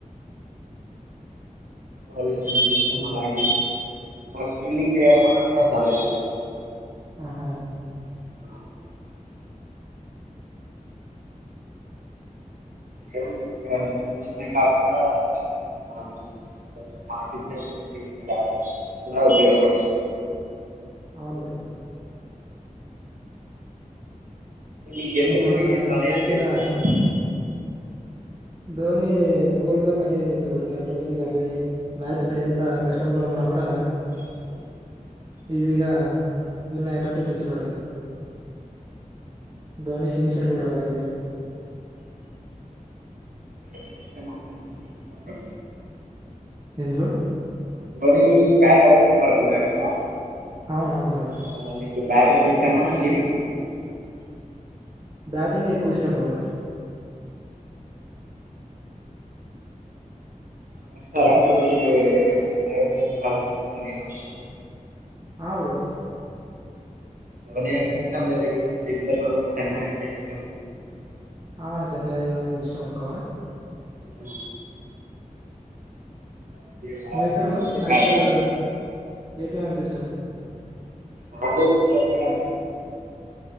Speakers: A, on the right; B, on the right.
A: వాళ అంత ఇష్టం అలాగ నాకు ఫీల్డింగ్ చేయడం అన్నా కూడా చాలా ఇష్టం
B: ఆహా
A: <inaudible> ఏ దనికోసమే కాకుండా మనం మ ఫిట్స్ మ చే ఉపయో పడతు <inaudible>
B: అవును బ్రో
A: నీక ఎందుకని
B: మొన్న
A: ధ్వని
B: జరిగిన
A: అంటే ఇష్టన్నారు
B: ధోని కూల్గా మెయింటైన్ చేస్తారు బ కెప్టెన్సీ కానీ మ్యాచ్ను ఎంత కష్టంలో ఉన్నా కూడా
A: అ
B: ఈజీగా విన్న అయ్యేటట్టు చూస్తాడు ధోని ఫినిషర్ కూడా అలాగే
A: బటింగ్ ఇష్టమా పింకింగ్ ఇష్టమా బ్రో
B: ఏంది బ్రో
A: ధోని బ్యాటర్కి పరకడా కదా
B: అవున అవును
A: ఆ, మీకు బ్యాటింగ్ ఇస్తామా కీపింగ్ ఇస్తామా
B: బ్యాటింగ్ ఎక్కువ ఇష్టం బ్రో
A: నమస్తారా మీరు లైవ్ మ్యాచ్ బాగా జరిగినప్పుడు
B: ఆ బ్రో
A: ధోని అంటే ఇ మీరు సర్మా అంటే ఇష్ట
B: ఆ చెన్నైద ఇష్టం నికువ
A: అ బాగున్నట్టుంది
B: మీకరు ఐపిఎల్
A: బ్యాటింగ్
B: ఏటీఎల్ ఎఅంటే ఇష్టం
A: నాకు త అ